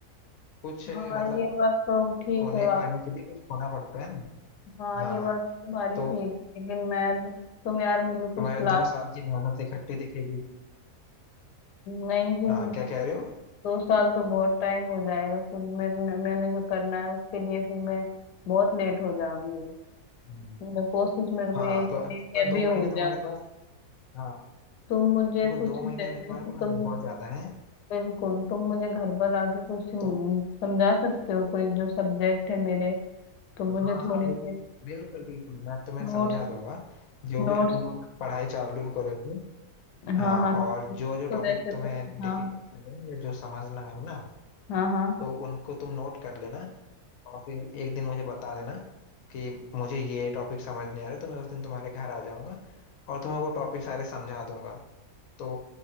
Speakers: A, on the left (about 65°); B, on the left (about 85°).
A: कुछ
B: हाँ
A: मतलब
B: ये बात तो ठीक
A: खोने
B: है
A: पाने के लिए कुछ खोना पड़ता है ना
B: हाँ
A: हाँ
B: ये बात तुम्हारी
A: तो
B: ठीक लेकिन मैं तुम यार मुझे कुछ
A: तुम्हारे
B: क्लास
A: दो साल की मेहनत इकट्ठी दिखेगी
B: नहीं फिर
A: हाँ क्या कह रहे हो
B: दो साल तो बहुत टाइम हो जाएगा फिर मेरे मैंने जो करना है उसके लिए फिर मैं बहुत लेट हो जाऊंगी
A: हम्म।
B: मैं कोशिश मेरे
A: हाँ
B: को यही करनी
A: तो अब
B: है कि
A: पर
B: अभी
A: दो
B: हो
A: महीने तुम्हारे
B: जाऊं
A: पास हाँ
B: तुम मुझे
A: देखो दो
B: कुछ
A: महीने
B: जै-
A: अभी तुम्हारे
B: जैसे तुम
A: पास बहुत ज्यादा है
B: बिल्कुल तुम मुझे घर पर आके कुछ हम्म,
A: तो
B: समझा सकते हो कोई जो सब्जेक्ट है मेरे तो मुझे
A: हाँ
B: थोड़े
A: हाँ बिल,
B: से
A: बिल्कुल बिल्कुल मैं तुम्हें
B: नोट्स
A: समझा दूंगा जो भी
B: नोट्स
A: तुम पढ़ाई चालू करो तुम हाँ
B: हाँ हाँ नोट्स
A: और जो जो
B: तो
A: टॉपिक
B: जैसे
A: तुम्हें
B: तुम
A: डिफिकल्ट
B: हाँ
A: लगे या जो समझना है ना
B: हाँ हाँ
A: तो उनको तुम नोट कर लेना और फिर एक दिन मुझे बता देना कि मुझे ये टॉपिक समझ नहीं आ रहे तो मैं उस दिन तुम्हारे घर आ जाऊंगा और तुम्हें वो टॉपिक सारे समझा दूंगा तो